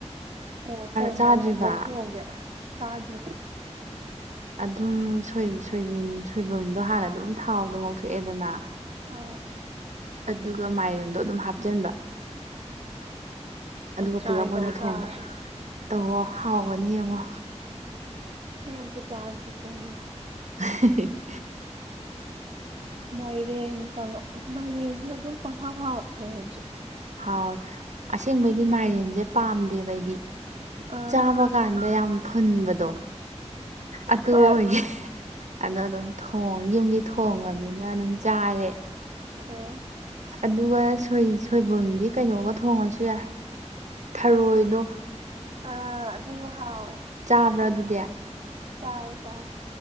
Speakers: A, on the right (about 55°); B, on the right (about 85°).
A: ꯑꯣ ꯀꯩ
B: ꯆꯥꯗ꯭ꯔꯤꯕ
A: ꯃꯑꯣꯡꯗ ꯊꯣꯡꯒꯦ ꯆꯥꯗ꯭ꯔꯦ
B: ꯑꯗꯨ ꯁꯣꯏ ꯁꯣꯏꯕꯨꯝꯗꯣ ꯍꯥꯟꯅ ꯑꯗꯨꯝ ꯊꯥꯎꯗꯣ ꯉꯧꯊꯣꯛꯑꯦꯗꯅ
A: ꯑ
B: ꯑꯗꯨꯒ ꯃꯥꯏꯔꯦꯟꯗꯣ ꯑꯗꯨꯝ ꯍꯥꯞꯆꯤꯟꯕ ꯑꯗꯨꯒ
A: ꯇ꯭ꯔꯥꯏ
B: ꯄꯨꯂꯞ
A: ꯇꯧ
B: ꯑꯣꯏꯅ
A: ꯇꯥꯔꯦ
B: ꯊꯣꯡꯕ ꯇꯧꯍꯣ ꯍꯥꯎꯕꯅ ꯌꯦꯡꯉꯣ
A: ꯑꯩ ꯑꯃꯇ ꯆꯥꯗꯔ꯭ꯤ ꯀꯩꯅꯣ
B: <unintelligible>
A: ꯃꯥꯏꯔꯦꯟꯉ ꯃꯥꯏꯔꯦꯟꯁꯨ ꯑꯗꯨꯝ ꯄꯪꯍꯥꯎ ꯍꯥꯎꯕ ꯃꯥꯏꯔꯦꯟꯁꯨ
B: ꯍꯥꯎ ꯑꯁꯦꯡꯕꯩꯗꯤ ꯃꯥꯏꯔꯦꯟꯁꯦ ꯄꯥꯝꯗꯦꯕ ꯑꯩꯗꯤ
A: ꯑꯥ
B: ꯆꯥꯕ ꯀꯥꯟꯗ ꯌꯥꯝ ꯐꯨꯟꯕꯗꯣ ꯑꯗꯨ
A: ꯍꯣꯏ
B: ꯑꯣꯏꯒꯦ ꯑꯗꯣ ꯑꯗꯨꯝ ꯊꯣꯡ ꯌꯨꯝꯒꯤ ꯊꯣꯡꯉꯕꯅꯤꯅ ꯑꯗꯨꯝ ꯆꯥꯔꯦ
A: ꯑꯥ
B: ꯑꯗꯨꯒ ꯁꯣꯏꯕꯨꯝꯗꯤ ꯀꯩꯅꯣꯒ ꯊꯣꯡꯉꯁꯨ ꯌꯥꯏ ꯊꯔꯣꯏꯗꯣ
A: ꯑꯥ ꯑꯗꯨꯁꯨ ꯍꯥꯎꯋꯦ
B: ꯆꯥꯕ꯭ꯔꯥ ꯑꯗꯨꯗꯤ
A: ꯆꯥꯔꯦ ꯆꯥꯔꯦ